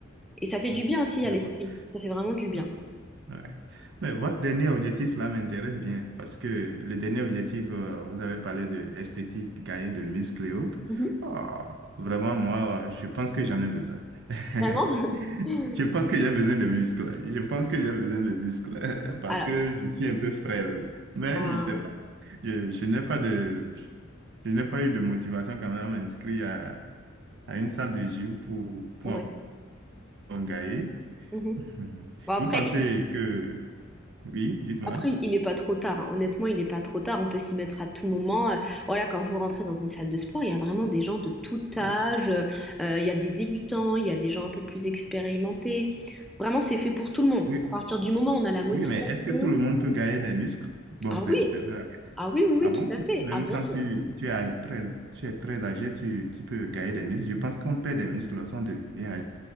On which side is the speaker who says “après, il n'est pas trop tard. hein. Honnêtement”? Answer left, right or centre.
Centre